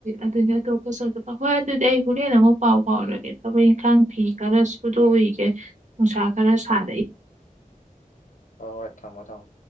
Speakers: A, on the right; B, on the left.
A: ꯑꯗꯨꯅꯦ ꯑꯇꯣꯞꯄꯁꯨ ꯍꯣꯏ ꯑꯗꯨꯗꯤ ꯑꯩ ꯍꯣꯔꯦꯟ ꯑꯃꯨꯛ ꯄꯥꯎ ꯐꯥꯎꯔꯒꯦ ꯊꯕꯛ ꯏꯪꯈꯥꯡ ꯐꯤ ꯈꯔ ꯁꯨꯗꯣꯛꯎꯒꯦ ꯅꯨꯡꯁꯥ ꯈꯔ ꯁꯥꯔꯛꯏ
B: ꯍꯣꯏ ꯍꯣꯏ ꯊꯝꯃꯣ ꯊꯝꯃꯣ